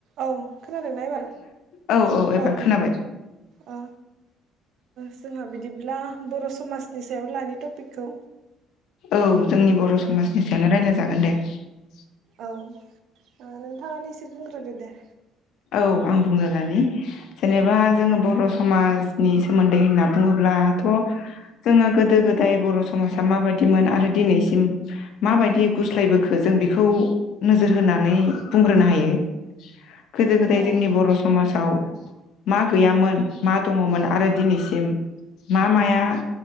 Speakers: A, on the right; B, on the left.
A: औ खोनादोंना एबार
B: औ एबार
A: औ
B: खोनाबाय
A: ओ-ओ जोंहा बिदिब्ला बर' समाजनि सायाव लानि टपिकखौ
B: औ जोंनि बर' समाजनि
A: ओ
B: सायावनो रायलाय <unintelligible>
A: औ ओ नोंथाङा नोंसोर बुंग्रोदो दे
B: औ आं बुंना लानि जेनेबा जोङो बर' समाजनि सोमोन्दै होनना बुङोब्लाथ' जोंङो गोदो गो दाय बर' समाजा माबादिमोन आरो दिनैसिम माबायदि गुस्लायबोखो जों बेखौ नोजोर होनानै बुंग्रोनो हायो गोदो - गोदाय
A: औ
B: जोंनि बर' समाजाव मा गैयामोन मा दङमोन आरो दिनैसिम मा माया